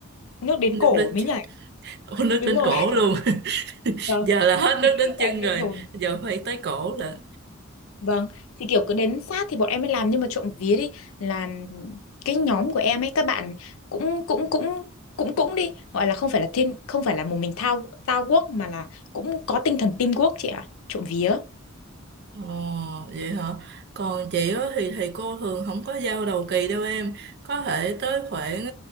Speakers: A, on the left; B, on the right.
A: nước đến
B: nước
A: cổ
B: đến
A: mới nhảy
B: <laughs> nước
A: đúng
B: đến
A: rồi
B: cổ luôn
A: <laughs> vâng
B: giờ là hết
A: thì
B: nước
A: kiểu
B: đến
A: là
B: chân
A: bọn em sẽ
B: rồi
A: dồn
B: giờ phải tới cổ là
A: vâng thì kiểu cứ đến sát thì bọn em mới làm nhưng mà trộm vía đi là cái nhóm của em ấy các bạn cũng cũng cũng cũng cũng đi gọi là không phải là team không phải là một mình thao thao guốc mà là cũng có tinh thần teamwork chị ạ trộm vía
B: Ồ, vậy hả? Còn chị á thì thầy cô thường không có giao đầu kỳ đâu em. Có thể tới khoảng